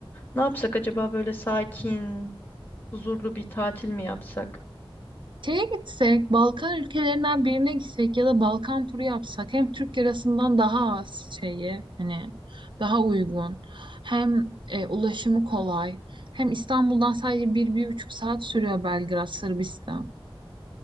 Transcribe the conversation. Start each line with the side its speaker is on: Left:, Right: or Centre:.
Left: Ne yapsak acaba böyle sakin, huzurlu bir tatil mi yapsak?
Right: Şeye gitsek, Balkan ülkelerinden birine gitsek ya da Balkan turu yapsak hem Türk lirasından daha az şeyi hani daha uygun hem e, ulaşımı kolay hem İstanbul'dan sadece bir, bir buçuk saat sürüyor Belgrad Sırbistan.